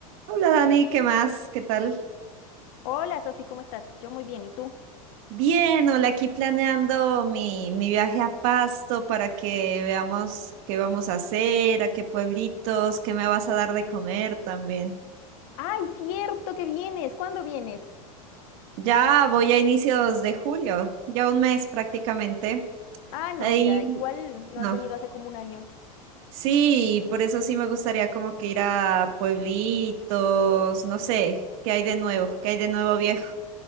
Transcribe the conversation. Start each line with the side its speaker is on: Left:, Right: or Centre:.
Right: Hola Dani, ¿qué más? ¿Qué tal?
Left: Hola, Sofi, ¿cómo estás? Yo muy bien, ¿y tú?
Right: Bien, hola, aquí planeando mi, mi viaje a Pasto para que veamos qué vamos a hacer, a qué pueblitos, qué me vas a dar de comer también.
Left: ¡Ay, cierto que vienes! ¿Cuándo vienes?
Right: Ya voy a inicios de julio, ya un mes prácticamente.
Left: Ah, no,
Right: Ahí,
Left: ya, igual no
Right: no.
Left: has venido hace como un año
Right: Sí, por eso sí me gustaría como que ir a pueblitos, no sé, qué hay de nuevo, qué hay de nuevo viejo.